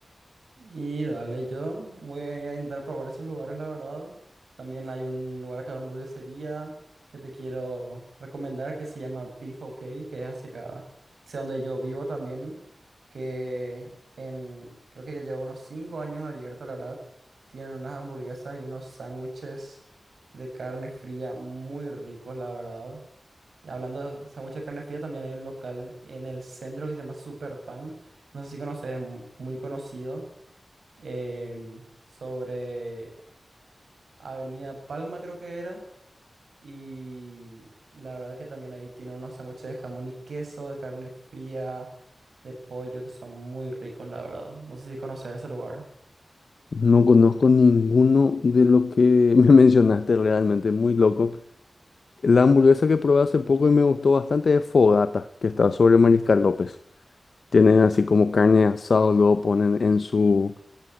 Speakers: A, on the right; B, on the left.
A: Y dale, yo voy a ir a intentar probar esos lugares, la verdad. También hay un lugar acá de hamburguesería que te quiero recomendar que se llama Beef OK, que es hacia acá, hacia donde yo vivo también, que en, creo que ya lleva unos cinco años abierto, la verdad. Tienen unas hamburguesas y unos sándwiches de carne fría muy ricos, la verdad. Y hablando de sándwiches de carne fría, también hay un local en el centro que se llama Super Pan. No sé si conoces, es mu- muy conocido em, sobre Avenida Palma, creo que era. Y la verdad que también ahí tiene unos sándwiches de jamón y queso, de carne fría, de pollo, que son muy ricos, la verdad. No sé si conoces ese lugar.
B: No conozco ninguno de lo que <laughs> me mencionaste realmente, muy loco. La hamburguesa que probé hace poco y me gustó bastante es Fogata, que está sobre Mariscal López. Tienen así como carne asada, luego ponen en su,